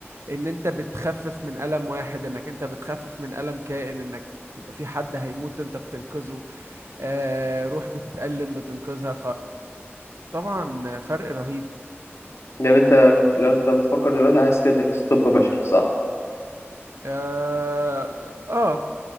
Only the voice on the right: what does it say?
ان انت بتخفف من الم واحد انك انت بتخفف من الم كائن انك يبقى في حد هيموت انت بتنقذه آه روح بتتألم بتنقذها فطبعا فرق رهيب
اه, آه